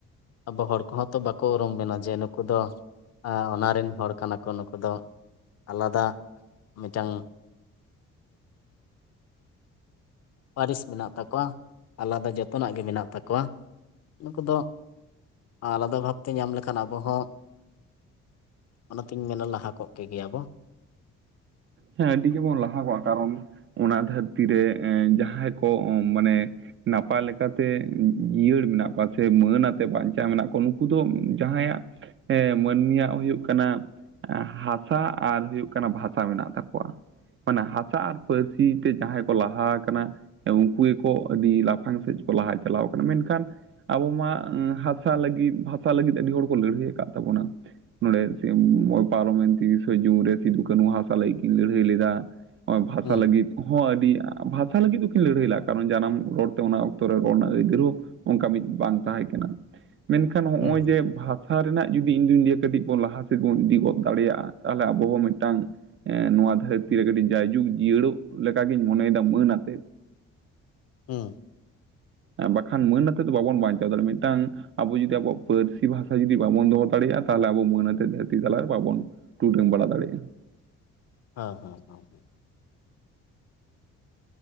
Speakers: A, on the left (about 55°); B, on the right (about 40°).
A: ᱟᱵᱚ ᱦᱚᱲ ᱠᱚᱦᱚᱸ ᱛᱚ ᱵᱟᱠᱚ ᱩᱨᱩᱢ ᱵᱤᱱᱟ ᱡᱮ ᱱᱩᱠᱩ ᱫᱚ ᱚᱱᱟ ᱨᱮᱱ ᱦᱚᱲ ᱠᱟᱱᱟ ᱠᱚ ᱱᱩᱠᱩ ᱫᱚ᱾ ᱟᱞᱟᱫᱟ ᱢᱤᱫᱴᱟᱝ ᱯᱟᱹᱨᱤᱥ ᱢᱮᱱᱟᱜ ᱛᱟᱠᱚᱣᱟ ᱟᱞᱟᱫᱟ ᱡᱚᱛᱚᱱᱟᱜ ᱜᱮ ᱢᱮᱱᱟᱜ ᱛᱟᱠᱚᱣᱟ ᱱᱩᱠᱩ ᱫᱚ ᱟᱞᱟᱫᱟ ᱵᱷᱟᱵᱽᱛᱮ ᱧᱟᱢ ᱞᱮᱠᱷᱟᱱ ᱟᱵᱚ ᱦᱚᱸ ᱚᱱᱟᱛᱤᱧ ᱢᱮᱱᱟ ᱞᱟᱦᱟ ᱠᱚᱜ ᱜᱮᱭᱟᱵᱚᱱ
B: ᱦᱮᱸ ᱟᱹᱰᱤ ᱜᱮᱵᱚᱱ ᱞᱟᱦᱟ ᱠᱚᱣᱟ ᱠᱟᱨᱚᱱ ᱚᱱᱟ ᱫᱷᱟᱹᱨᱛᱤ ᱨᱮ ᱡᱟᱦᱟᱸᱭ ᱠᱚ ᱢᱟᱱᱮ ᱱᱟᱯᱟᱭ ᱞᱮᱠᱟᱛᱮ ᱡᱤᱭᱟᱹᱲ ᱢᱮᱱᱟᱜ ᱠᱚᱣᱟ ᱥᱮ ᱢᱟᱹᱱ ᱟᱛᱮᱜ ᱵᱟᱧᱪᱟᱣ ᱢᱮᱱᱟᱜ ᱠᱚᱣᱟ ᱱᱩᱠᱩ ᱫᱚ ᱡᱟᱦᱟᱸᱭ ᱟᱜ ᱦᱮᱸ ᱢᱟᱹᱱᱢᱤᱭᱟᱜ ᱦᱩᱭᱩᱜ ᱠᱟᱱᱟ ᱦᱟᱥᱟ ᱟᱨ ᱦᱩᱭᱩᱜ ᱠᱟᱱᱟ ᱵᱷᱟᱥᱟ ᱢᱮᱱᱟᱜ ᱛᱟᱠᱚᱣᱟ᱾ ᱢᱟᱱᱮ ᱦᱟᱥᱟ ᱟᱨ ᱯᱟᱹᱨᱥᱤ ᱛᱮ ᱡᱟᱦᱟᱸᱭ ᱠᱚ ᱞᱟᱦᱟ ᱟᱠᱟᱱᱟ ᱩᱱᱠᱩ ᱜᱮᱠᱚ ᱟᱹᱰᱤ ᱞᱟᱯᱷᱟᱝ ᱥᱮᱫ ᱠᱚ ᱞᱟᱦᱟ ᱪᱟᱞᱟᱣ ᱠᱟᱱᱟ, ᱢᱮᱱᱠᱷᱟᱱ ᱟᱵᱚ ᱢᱟ ᱦᱟᱥᱟ ᱞᱟᱹᱜᱤᱫ ᱵᱷᱟᱥᱟ ᱞᱟᱹᱜᱤᱫ ᱟᱹᱰᱤ ᱦᱚᱲ ᱠᱚ ᱞᱟᱹᱲᱦᱟᱹᱭ ᱟᱠᱟᱫ ᱛᱟᱵᱩᱱᱟ᱾ ᱱᱚᱸᱰᱮ ᱛᱤᱦᱤᱧ ᱯᱟᱨᱚᱢᱮᱱ ᱛᱤᱨᱤᱥᱮ ᱡᱩᱱ ᱨᱮ ᱥᱤᱫᱩ ᱠᱟᱹᱱᱩ ᱦᱟᱥᱟ ᱞᱟᱹᱜᱤᱫ ᱠᱤᱱ ᱞᱟᱹᱲᱦᱟᱹᱭ ᱞᱮᱫᱟ ᱱᱚᱜᱚᱭ ᱵᱷᱟᱥᱟ
A: ᱦᱩᱸ
B: ᱞᱟᱹᱜᱤᱫ ᱦᱚᱸ ᱟᱹᱰᱤ ᱵᱷᱟᱥᱟ ᱞᱟᱹᱜᱤᱫ ᱫᱚᱠᱤᱱ ᱞᱟᱹᱲᱦᱟᱹᱭ ᱞᱟᱜ ᱠᱟᱨᱚᱱ ᱡᱟᱱᱟᱢ ᱨᱚᱲ ᱛᱮ ᱚᱱᱟ ᱚᱠᱛᱚ ᱨᱮ ᱨᱚᱲ ᱨᱮᱱᱟᱜ ᱟᱹᱭᱫᱟᱹᱨ ᱦᱳ ᱚᱱᱠᱟ ᱢᱤᱫ ᱵᱟᱝ ᱛᱟᱦᱮᱸ ᱠᱟᱱᱟ ᱢᱮᱱᱠᱷᱟᱱ ᱱᱚᱜ-ᱚᱭ
A: ᱦᱩᱸ ᱦᱩᱸ
B: ᱡᱮ ᱵᱷᱟᱥᱟ ᱵᱷᱟᱥᱟ ᱨᱮᱱᱟᱜ ᱡᱩᱫᱤ ᱤᱧᱫᱚᱧ ᱞᱟᱹᱭᱟ ᱠᱟᱹᱴᱤᱡ ᱵᱚᱱ ᱞᱟᱦᱟ ᱥᱮᱫ ᱵᱚᱱ ᱤᱫᱤ ᱜᱚᱫ ᱫᱟᱲᱮᱭᱟᱜ-ᱟ ᱛᱟᱦᱚᱞᱮ ᱟᱵᱚ ᱦᱚᱸ ᱢᱤᱫᱴᱟᱝ ᱱᱚᱣᱟ ᱫᱷᱟᱹᱨᱛᱤ ᱨᱮ ᱠᱟᱹᱴᱤᱡ ᱡᱟᱭᱡᱩᱜᱽ ᱡᱤᱭᱟᱹᱲᱚᱜ ᱞᱮᱠᱟᱜᱤᱧ ᱢᱚᱱᱮᱭᱮᱫᱟ ᱢᱟᱹᱱ ᱟᱛᱮᱫ᱾
A: <unintelligible>
B: ᱟᱨ ᱵᱟᱠᱷᱟᱱ ᱢᱟᱹᱱ ᱟᱛᱮᱫ ᱫᱚ ᱵᱟᱵᱩᱱ ᱵᱟᱧᱪᱟᱣ ᱫᱟᱲᱮᱭᱟᱜ-ᱟ, ᱢᱤᱫᱴᱟᱝ ᱟᱵᱩ ᱡᱩᱫᱤ ᱟᱵᱩᱣᱟᱜ ᱯᱟᱹᱨᱥᱤ ᱵᱷᱟᱥᱟ ᱡᱩᱫᱤ ᱵᱟᱵᱩᱱ ᱫᱚᱦᱚ ᱫᱟᱲᱮᱭᱟᱜ-ᱟ, ᱛᱟᱦᱚᱞᱮ ᱟᱵᱩ ᱢᱟᱹᱱ ᱟᱛᱮᱫ ᱫᱷᱟᱹᱨᱛᱤ ᱛᱟᱞᱟ ᱨᱮ ᱵᱟᱵᱩᱱ ᱴᱩᱰᱟᱹᱝ ᱵᱟᱲᱟ ᱫᱟᱲᱮᱭᱟᱜ-ᱟ᱾
A: ᱦᱮᱸ ᱦᱮᱸ ᱦᱮᱸ ᱦᱮᱸ᱾